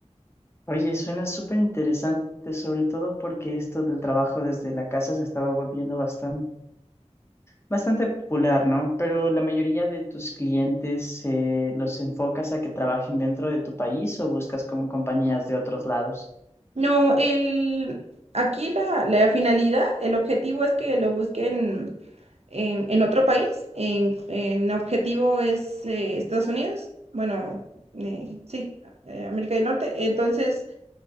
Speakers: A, on the left; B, on the right.
A: Oye, suena súper interesante, sobre todo porque esto del trabajo desde la casa se estaba volviendo bastante Bastante popular, ¿no? Pero la mayoría de tus clientes eh, los enfocas a que trabajen dentro de tu país o buscas como compañías de otros lados.
B: No, el, aquí la, la finalidad, el objetivo es que lo busquen en, en otro país. En, en objetivo es eh, Estados Unidos, bueno, eh, sí, eh, América del Norte. Entonces,